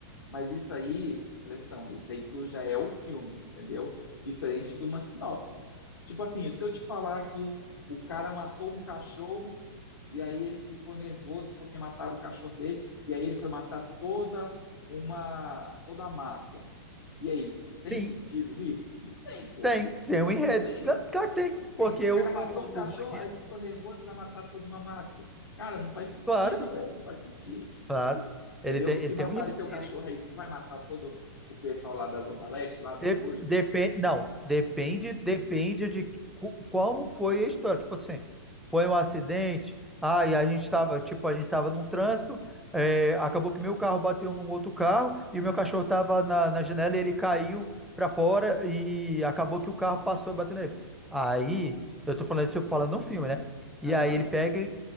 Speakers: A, on the left (about 75°); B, in the centre.
A: Mas isso aí, pressão, isso aí tu já é o filme, entendeu? Diferente de uma sinopse. Tipo assim, se eu te falar que o cara matou um cachorro e aí ele ficou nervoso porque mataram o cachorro dele e aí ele foi matar toda uma toda a máfia. E aí, tem
B: Sim.
A: sentido nisso? Não tem, pô.
B: Tem, tem um enredo.
A: Não tem,
B: Cla- Claro
A: cara.
B: que tem,
A: Não tem.
B: porque
A: O cara
B: o, o,
A: matou um cachorro,
B: o bandido,
A: aí ele ficou nervoso e vai matar toda uma máfia. Cara, não faz sentido,
B: claro,
A: velho. Não faz sentido.
B: claro,
A: Entendeu?
B: ele tem,
A: Se
B: ele
A: matarem
B: tem um enredo.
A: teu cachorro aí, tu vai matar todo o pessoal lá da Zona Leste, lá do
B: De-
A: Orgulho?
B: depen- não, depende, depende de cu- como foi a história. Tipo assim, foi um acidente, aí a gente estava, tipo, a gente estava num trânsito, é, acabou que meu carro bateu num outro carro e o meu cachorro estava na, na janela e ele caiu para fora e acabou que o carro passou e bateu nele. Aí, eu tô falando isso, eu falo no filme, né?
A: Aham.
B: E aí ele pega